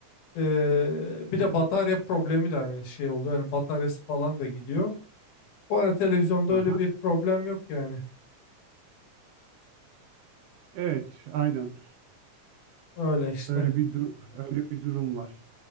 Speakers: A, on the left (about 75°); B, on the right (about 75°).
A: eee, bir de
B: Evet.
A: batarya problemi de hani şey oluyor. Yani bataryası falan da gidiyor. Bu arada televizyonda
B: Aha.
A: öyle bir problem yok yani.
B: Evet. Aynen.
A: Öyle işte.
B: Öyle bir dur öyle bir durum var.